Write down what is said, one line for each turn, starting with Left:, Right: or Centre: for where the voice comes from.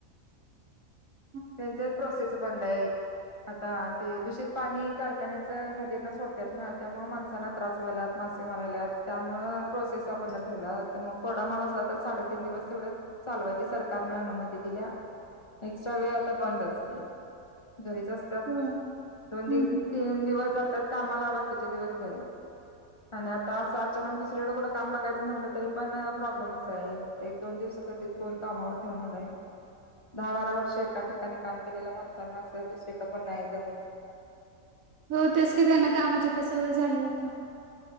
Right: <inaudible>
Left: त्यांचा प्रोसेस बंद आहे. आता ते दूषित पाणी कारखान्याच नदीनासोडतात ना त्यामुळं माणसांना त्रास व्हायलात. मासे मरायलयात त्यामुळे प्रोसेस आपण ठेवला तर मग कोरडा माल असला तर साडेतीन दिवस तेवढं चालवायची सरकारने अनुमती दिल्या एक्स्ट्रा वे आता बंदच की, घरीच असतात
Right: होय
Left: दोन
Right: हं,
Left: दि
Right: हं.
Left: तीन दिवस त्यात कामाला बाकीचे दिवस घरी, आणि आता असं अचानक दुसरीकडें कुठं काम बघायचं म्हटलं तरी पण प्रॉब्लेमच आहे एक दोन दिवस. कोण कामावर ठेवणार आहे. दहा बारा वर्ष एका ठिकाणी काम केलेल्या, माणसांना अस दुसरीकडे पण नाही जमत,
Right: हो तेच कि त्यांना कामाची तर सवय झाली आता.